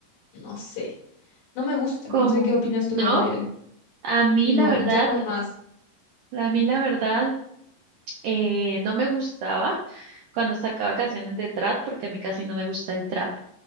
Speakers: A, on the left (about 90°); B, on the right (about 80°).
A: no sé, no me gusta,
B: ¿Cómo?
A: no sé qué opinas tú
B: No,
A: ahora de él.
B: a mí
A: No,
B: la verdad,
A: ya no más.
B: a mí la verdad, eh, no me gustaba cuando sacaba canciones de trap porque a mí casi no me gusta el trap.